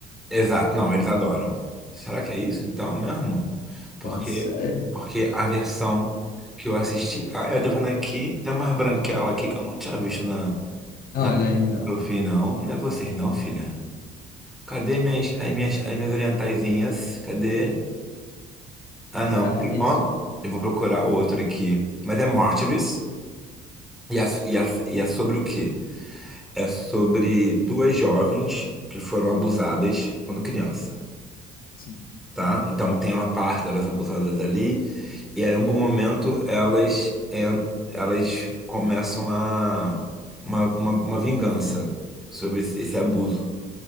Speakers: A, in the centre; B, on the left.
A: Exato, não, eles adoram. Será que é isso então mesmo? Porque,
B: Pode ser.
A: porque a versão que eu assisti. Ah, eu tô vendo aqui, tem umas branquelas aqui que eu não tinha visto na, na
B: Olha aí,
A: no
B: ó.
A: que eu fiz, não. Não é vocês, não, filha. Cadê minhas, as minhas, as minhas orientaizinhas? Cadê? Ah,
B: Mas
A: não,
B: é,
A: tem
B: é
A: uma.
B: isso.
A: Eu vou procurar outro aqui. Mas é Martyrs. E é, e é, e é sobre o quê? É sobre duas jovens que foram abusadas quando criança,
B: Assim,
A: tá? Então tem uma parte delas abusadas ali. E aí, em algum momento elas, en- elas começam a uma, uma, uma vingança sobre esse, esse abuso